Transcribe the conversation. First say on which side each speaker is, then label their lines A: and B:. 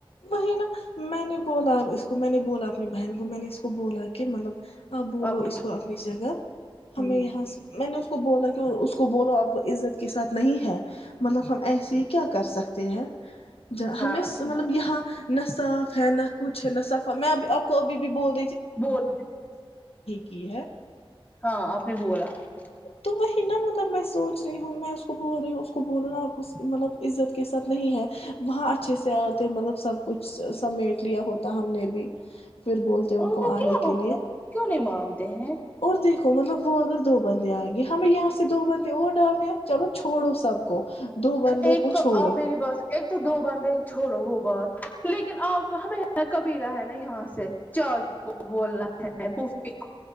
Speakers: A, on the left; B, on the left.
A: وہی نا میں نے بولا اپ اس کو میں نے بولا اپنی بہن کو میں نے اس کو بولا کہ کہ مطلب آپ بولو
B: اب
A: اس کو اپنی جگہ ہمیں
B: نہ
A: یہاں میں نے اس کو بولا کہ اس کو بولو آپ کو عزت کے ساتھ نہیں ہے مطلب ہم ایسے ہی کیا کر سکتے <unintelligible> ہے ج ہمیں
B: نہ
A: مطلب یہ <unintelligible> نہ صاف ہے نہ کچھ ہے نہ صافا میں آپ کو ابھی بھی بول رہ <unintelligible>
B: بول
A: کی ہے
B: ہاں آپ نے بولا <unintelligible>
A: تو وہی نا مطلب <unintelligible> میں سوچ رہی ہوں میں اس کو بول رہی ہوں اس کو بول نا آپ کو مطلب عزت کے ساتھ نہیں ہے وہاں اچھے سے آتے مطلب سب کچھ سمیٹ لیا ہوتا ہم نے بھی <unintelligible>
B: ان کو
A: آنے
B: کیا ہو
A: کے
B: گیا
A: لیے
B: کیوں نہیں مانتے ہیں <unintelligible>
A: اور دیکھو مطلب وہ اگر د <unintelligible> بندے آئیں گے ہمیں یہاں سے دو بندے اور ڈالنے ہیں چلو چھوڑو سب <unintelligible> دو بندوں
B: ایک
A: کو
B: تو
A: چھوڑو
B: آپ میری
A: <unintelligible>
B: بات ایک تو دو بندے چھوڑو وہ بات لیکن آپ کو ہش ن قبیلہ ہے نا یہاں سے چاج کو بولنا ہے پف کو <unintelligible>